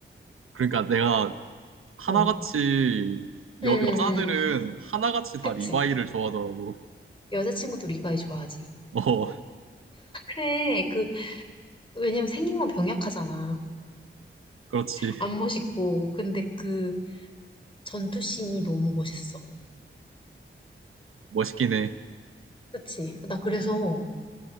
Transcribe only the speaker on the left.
응. 응,
응,
응.
그치.
여자친구도 리바이 좋아하지.
그래. 그, 왜냐면 생긴 건 병약하잖아.
안 멋있고. 근데 그, 전투씬이 너무 멋있어.
그치? 나 그래서